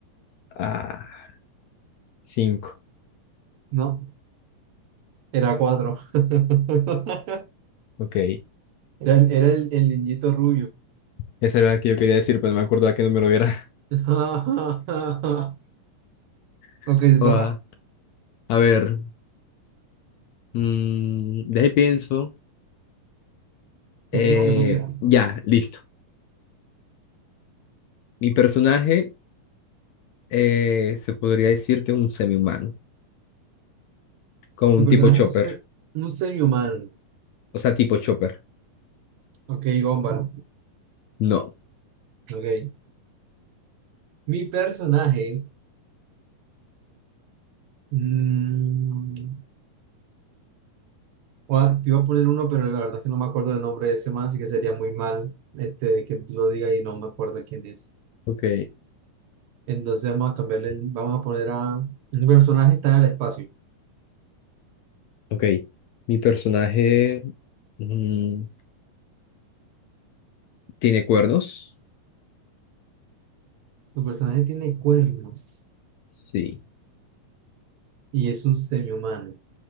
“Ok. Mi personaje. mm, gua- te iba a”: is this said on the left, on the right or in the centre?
Right